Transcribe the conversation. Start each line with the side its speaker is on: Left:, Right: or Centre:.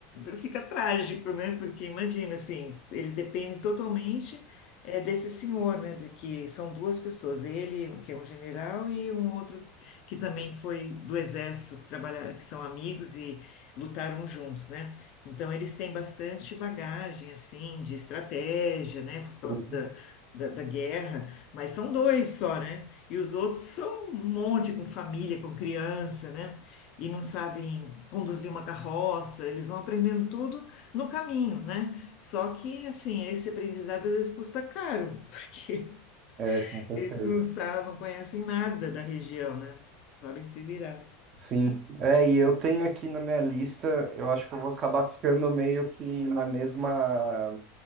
Left: fica trágico, né? Porque imagina, assim, eles dependem totalmente eh, desse senhor, né? De que são duas pessoas, ele, que é um general, e um outro que também foi do exército, que trabalha, que são amigos e lutaram juntos, né? Então eles têm bastante bagagem, assim, de estratégia, né? Por causa
Right: Uhum.
Left: da, da, da guerra, mas são dois só, né? E os outros são um monte, com família, com criança, né? e não sabem conduzir uma carroça, eles vão aprendendo tudo no caminho, né? Só que, assim, esse aprendizado às vezes custa caro, <laughs> porque
Right: É, com certeza.
Left: eles não sabem, não conhecem nada da região, né? Não sabem se virar.
Right: Sim. É, e eu tenho aqui na minha lista, eu acho que eu vou acabar ficando meio que na mesma